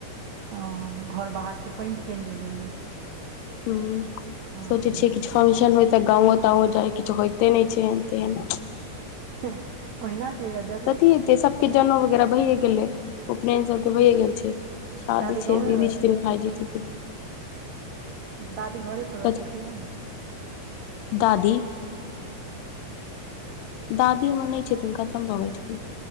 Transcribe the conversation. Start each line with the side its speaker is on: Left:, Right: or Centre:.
Right: हँ। घर-बाहर के पइन चेंज भेलै।
Left: हूँ
Right: हँ
Left: सोचै छियै कि छु फंक्शन होय तऽ गाँंवो-ताँवो जाय किछ होइते नै छै एहेन-तेहेन।
Right: हँ ओहिना चइल जाऊ जौ
Left: कथी हेतै सबके जेनऊ वगैरह भैए गेलै उपनयन सबके भैए गेल छै। शादी
Right: दादी
Left: छै
Right: गाँवे
Left: दीदी
Right: रहै
Left: छथिन भाइजी छथिन।
Right: दादी घरे पर रहै
Left: कथी
Right: छथिन आँय?
Left: दादी दादी हमर नै छथिन खतम भऽ गेल छथिन